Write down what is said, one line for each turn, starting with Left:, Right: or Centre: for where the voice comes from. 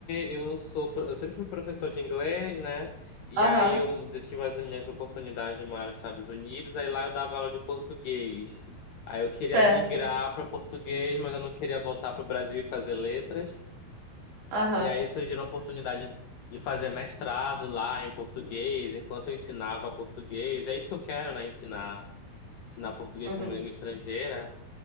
Left: eu sou, pro- eu sempre fui professor de inglês, né? E
Right: Aham,
Left: aí eu tive as minhas oportunidades de morar nos Estados Unidos, aí lá eu dava aula de português. Aí eu queria
Right: certo.
Left: migrar para português, mas eu não queria voltar para o Brasil e fazer letras.
Right: Aham.
Left: E aí surgiu a oportunidade de fazer mestrado lá em português, enquanto eu ensinava português. É isso que eu quero, né? Ensinar, ensinar português
Right: Uhum,
Left: como língua estrangeira.